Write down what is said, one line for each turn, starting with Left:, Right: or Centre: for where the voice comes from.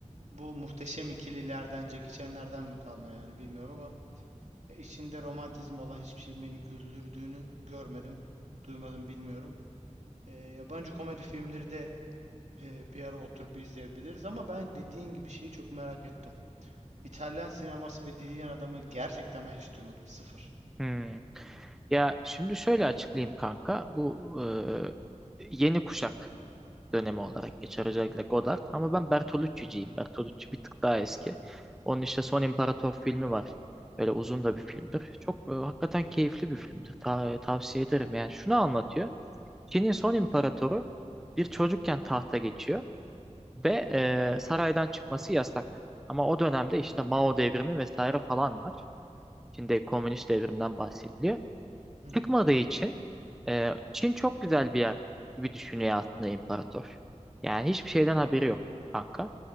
Right: bu muhteşem ikililerden, Jackie Chan'lerden mi kalma yani bilmiyorum ama e, içinde romantizm olan hiçbir şey beni güldürdüğünü görmedim, duymadım bilmiyorum. E, yabancı komedi filmleri de e, bir ara oturup izleyebiliriz ama ben dediğin gibi şeyi çok merak ettim. İtalyan sineması ve Dilyen Adamı gerçekten ben hiç duymadım. Sıfır.
Centre: Hmm. Ya şimdi şöyle açıklayayım kanka. Bu e, yeni kuşak. dönemi olarak geçer özellikle Godard. Ama ben Bertolucci'ciyim. Bertolucci bir tık daha eski. Onun işte Son İmparator filmi var. Böyle uzun da bir filmdir. Çok e, hakikaten keyifli bir filmdir. Ta- e, tavsiye ederim. Yani şunu anlatıyor. Çin'in son imparatoru bir çocukken tahta geçiyor ve e, saraydan çıkması yasak. Ama o dönemde işte Mao devrimi vesaire falan var. Çin'de komünist devrimden bahsediliyor.
Right: Hı hı.
Centre: Çıkmadığı için ee, Çin çok güzel bir yer gibi düşünüyor aslında imparator. Yani hiçbir şeyden haberi yok kanka.